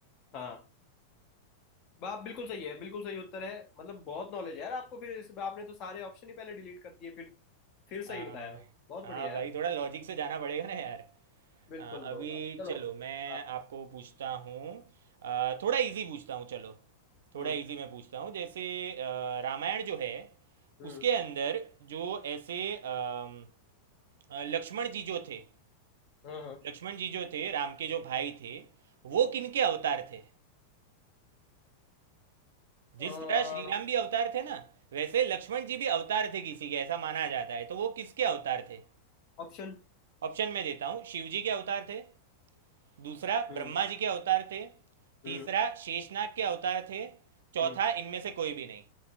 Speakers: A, on the left; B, on the right.
A: हाँ आप बिल्कुल सही है बिल्कुल सही उत्तर है मतलब बहुत नॉलेज है यार आपको फिर इस आपने तो सारे ऑप्शन ही पहले डिलीट कर दिए फिर फिर सही
B: हाँ
A: बताया बहुत
B: हाँ
A: बढ़िया
B: भाई
A: यार
B: थोड़ा लॉजिक से जाना पड़ेगा ना यार
A: बिल्कुल
B: हाँ
A: ब्रो
B: अभी
A: अब चलो
B: चलो मैं
A: आप
B: आपको पूछता हूँ अ, थोड़ा इजी पूछता हूँ चलो थोड़ा
A: हम्म
B: इजी मैं पूछता हूँ जैसे अ, रामायण जो है
A: हम्म
B: उसके अंदर जो ऐसे अम, अ, लक्ष्मण जी जो थे
A: हाँ
B: लक्ष्मण जी जो थे राम के जो भाई थे वो किनके अवतार थे जिस
A: हाँ
B: तरह श्री राम भी अवतार थे ना वैसे लक्ष्मण जी भी अवतार थे किसी के ऐसा माना जाता है तो वो किसके अवतार थे
A: ऑप्शन
B: ऑप्शन में देता हूं शिव जी के अवतार थे दूसरा
A: हम्म
B: ब्रह्मा जी के अवतार थे तीसरा
A: हम्म
B: शेषनाग के अवतार थे चौथा
A: हम्म
B: इनमें से कोई भी नहीं